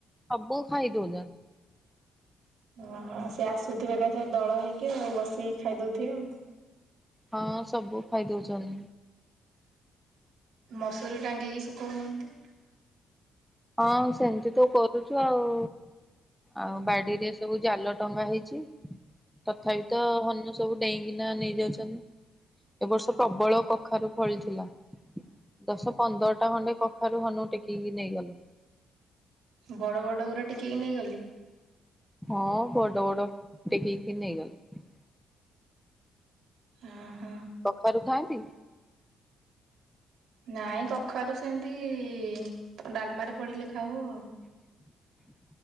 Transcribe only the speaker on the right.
ଓହୋ ସେ ଆସୁଥିବେ ଏକାଥରେ ଦଳ ହେଇକି ଆଉ ବସିକି ଖାଇଦଉଥିବେ ଆଉ।
ମସୁରୀ ଟାଙ୍ଗିକି ସୁକୋଉ ନାହାନ୍ତି
ବଡ ବଡ ଗୁରା ଟିକିକି ନେଇଗଲେ।
ଓହୋ।
ନାଇଁ କଖାରୁ ସେମିତି ଡାଲମାରେ ପଡିଲେ ଖାଉ ଆଉ।